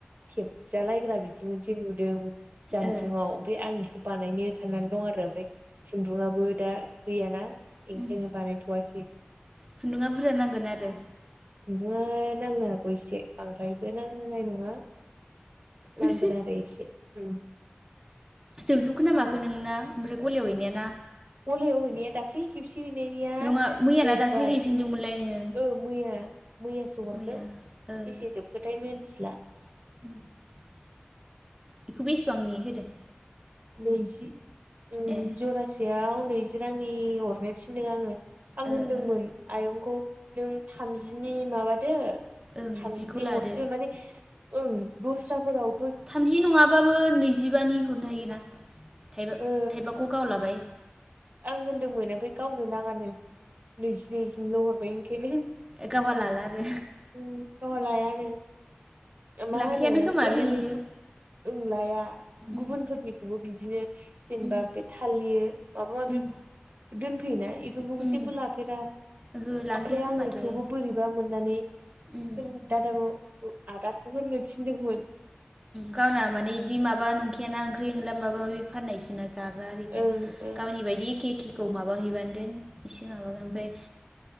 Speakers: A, on the right; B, on the right.
A: थेबजालायग्रा बिदि मोनसे नुदों जानबुंआव
B: ओ
A: ओमफाय आंनिखौ बानायनो साननानै दं आरो ओमफ्राय खुन्दुङाबो दा गैयाना ओंखायनो
B: उम
A: बानायथवासै।
B: खुन्दुङा बुरजा नांगोन आरो
A: खुन्दुं आ नांनो हागौ एसे बांद्रायबो नांनाय नङा। नांगोन
B: एसे
A: आरो एसे उम
B: जोबजोबखोना माखो नोंना। ओमफ्राय गलियाव हैनायाना
A: गलियाव हैनाया दाखलि खेबसे थिनैनिया
B: नङा मैयाना
A: जोब्बाय
B: दाख्लै हैफिनदोंमोनलाय नोङो
A: औ मैया। मैयासो हरदों
B: मैया
A: बेसे
B: ओ
A: जोबखोथाय मिन्थिला
B: <inaudible> बेखौ बेसेबांनि होदों
A: नैजि उम
B: ए
A: जरासेयाव नैजि रांनि हरनो थिनदों आङो। आं
B: ओ
A: होनदोंमोन
B: ओ
A: आयंखौ नों थामजिनि माबादो।
B: ओं
A: थामजिनि
B: जिखौ लादो
A: हरदो माने ओं दस्राफोराव।
B: थामजि नङाबाबो नैजिबानि हरनो हायोना। थाइबा
A: ओ
B: थाइबाखौ गावलाबाय।
A: आं होन्दोंमोन ओमफाय गावनो नाङानो नैजि नैजिल हरबाय ओंखायनो।
B: गावबा लाला आरो।
A: गावहा लायानो मा
B: लाखायानो
A: होनो
B: खोमालै
A: ओरैनोथ
B: इयो
A: ओं लाया
B: उम
A: गुबुनफोरनिखौबो बिदि बिदिनो जेनेबा
B: उम
A: बे थालिर माबा माबि
B: उम
A: दोनफैयोनाय इफोरखौबो
B: उम
A: जेबो लाफेरा।
B: ओहो लाखाया
A: ओमफ्राय
B: खोमाथ'
A: आङो
B: इयो
A: थेवबो बोरैबा मोननानै
B: उम
A: <unintelligible> आदाखौ होननो थिनदोंमोन।
B: गावना माने इदि माबा नंखायाना ओंख्रि ओंला माबा माबि फाननायसोन ना जाग्रा आरिखा
A: ओं ओं
B: गावनि बायदि एखे एखेखौ माबाहैबानो देन इसे माबागोन ओमफ्राय